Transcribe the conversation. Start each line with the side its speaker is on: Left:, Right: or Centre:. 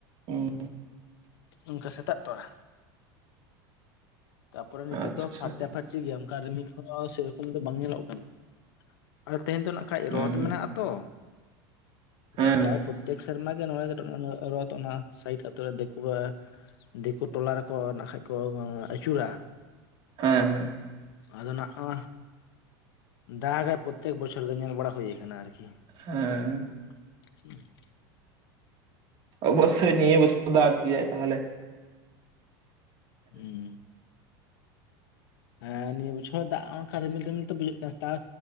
Right: ᱩᱸ
Left: ᱚᱱᱠᱟ ᱥᱮᱛᱟᱜ ᱛᱚᱨᱟ ᱛᱟᱯᱚᱨᱮ ᱱᱤᱛᱳᱜ
Right: ᱟᱪᱪᱷᱟ
Left: ᱫᱚ
Right: ᱟᱪᱪᱷᱟ
Left: ᱯᱷᱟᱨᱪᱟ ᱯᱷᱟᱨᱪᱤ ᱪᱮᱫ ᱜᱮᱭᱟ ᱚᱱᱠᱟ ᱨᱤᱢᱤᱞ ᱦᱚᱸ ᱥᱮᱨᱚᱠᱚᱢ ᱫᱚ ᱵᱟᱝ ᱧᱮᱞᱚᱜ ᱠᱟᱱᱟ, ᱟᱨ ᱛᱮᱦᱮᱧ ᱫᱚ ᱱᱟᱜ ᱠᱷᱟᱡ
Right: ᱦᱩᱸ
Left: ᱨᱚᱛᱷ
Right: ᱦᱩᱸ
Left: ᱢᱮᱱᱟᱜ ᱛᱚ
Right: ᱦᱮᱸ
Left: ᱯᱨᱟᱭ ᱯᱨᱚᱛᱮ ᱯᱨᱚᱛᱮᱠ ᱥᱮᱨᱢᱟ ᱜᱮ ᱱᱚᱰᱮ ᱨᱚᱛᱷ ᱚᱱᱟ ᱥᱟᱭᱤᱰ ᱟᱛᱳ ᱨᱮ ᱫᱤᱠᱩᱣᱟᱜ ᱫᱤᱠᱩ ᱴᱚᱞᱟ ᱨᱮᱠᱚ ᱱᱟᱜ ᱠᱷᱟᱡ ᱠᱚ ᱟᱹᱪᱩᱨᱟ
Right: ᱦᱮᱸ ᱦᱮᱸ
Left: ᱟᱫᱚ ᱱᱟᱜ-ᱟ, ᱫᱟᱜᱟᱭ ᱯᱨᱚᱛᱛᱮᱠ ᱵᱚᱪᱷᱚᱨ ᱜᱮ ᱧᱮᱞ ᱵᱟᱲᱟ ᱦᱩᱭ ᱟᱠᱟᱱᱟ ᱟᱨᱠᱤ
Right: ᱦᱮᱸ
Left: <inaudible>
Right: ᱚᱵᱚᱥᱥᱭ ᱱᱤᱭᱟᱹ ᱵᱚᱪᱷᱚᱨ ᱫᱚ ᱫᱟᱜ ᱜᱮᱭᱟᱭ ᱛᱟᱦᱚᱞᱮ
Left: ᱦᱮᱸ ᱦᱮᱸ ᱱᱤᱭᱟᱹ ᱵᱚᱪᱷᱚᱨ ᱫᱟᱜ ᱚᱱᱠᱟ ᱨᱤᱢᱤᱞ ᱨᱤᱢᱤᱞ ᱛᱚ ᱵᱩᱡᱷᱟᱹᱜ ᱠᱟᱱᱟ ᱛᱟ